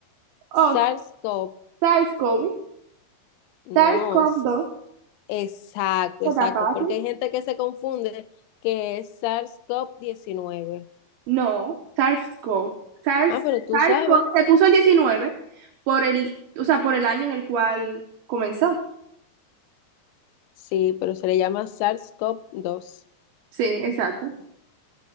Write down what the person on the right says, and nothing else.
Oh,
SARS-CoV.
SARS-CoV-2.
dos.
qué
tan fácil?
No, SARS-CoV. SARS,
SARS-CoV.
Se puso el 19 por el, o sea, por el año en el cual comenzó.
Sí, exacto.